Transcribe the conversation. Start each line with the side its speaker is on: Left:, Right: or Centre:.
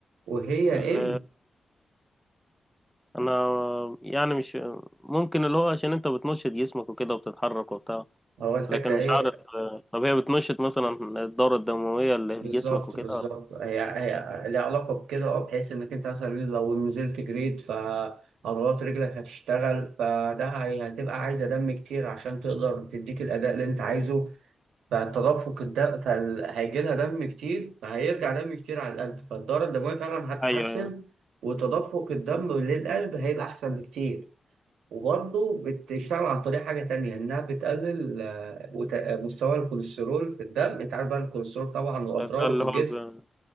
Right: وهي
Centre: ال-
Right: ان
Centre: انا يعني مش ممكن اللي هو عشان انت بتنشط جسمك وكده وبتتحرك وبتاع
Right: هو الفكره
Centre: لكن مش
Right: ايه
Centre: عارف آه، طب هي بتنشط مثلا الدورة الدموية اللي
Right: بالظبط
Centre: في جسمك وكده
Right: بالظبط
Centre: ولا؟
Right: هي هي ليها علاقة بكده اه بحيث انك انت مثلا لو نزلت جريد فعضلات رجلك هتشتغل فده هي- هتبقى عايزة دم كتير عشان تقدر تديك الأداء اللي انت عايزه فالتدفق الدم فهيجي لها دم كتير فهيرجع دم كتير على القلب فالدورة الدموية فعلا هتتحسن
Centre: ايوه أيوة.
Right: وتدفق الدم للقلب هيبقى أحسن بكتير وبرضه بتشتغل عن طريق حاجة تانية إنها بتقلل آه، وت- آه، مستوى الكوليسترول في الدم أنت عارف بقى الكوليسترول طبعا وأضراره
Centre: ده اللي
Right: في الجسم
Centre: هو ب-